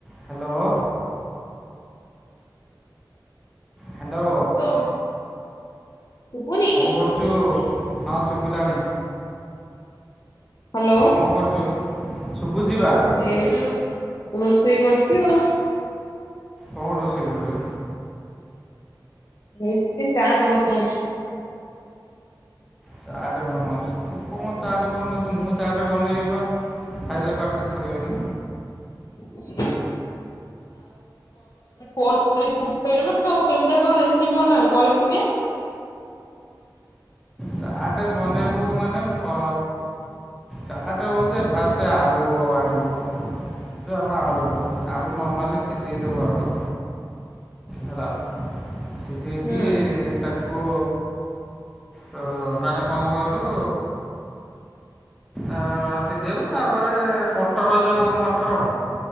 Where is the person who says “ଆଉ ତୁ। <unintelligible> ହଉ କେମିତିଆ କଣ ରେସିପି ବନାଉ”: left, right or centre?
Left